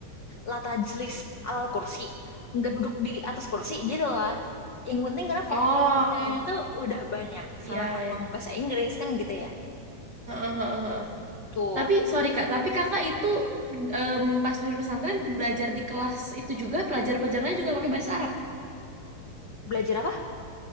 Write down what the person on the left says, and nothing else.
la tajlis alal kursi nggak duduk di atas kursi gitu lah yang penting karena vokabnya
itu udah banyak sama
kayak
ngomong bahasa Inggris kan gitu ya
tuh
belajar apa